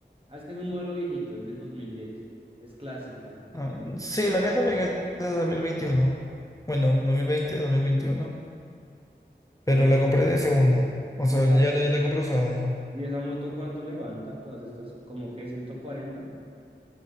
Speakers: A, on the right; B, on the left.
A: Ah, es que es un modelo viejito, es del 2010, es clásica,
B: Ah, sí, la mía también es de dos mil veintiuno Bueno, dos dos mil veinte dos mil veintiuno
A: pero
B: Pero
A: chévere.
B: la compré de segunda. O sea,
A: ¿Y esa,
B: ya
A: y,
B: la, ya la compré usada
A: y esa moto cuánto levanta? Todas estas, como que ciento cuarenta,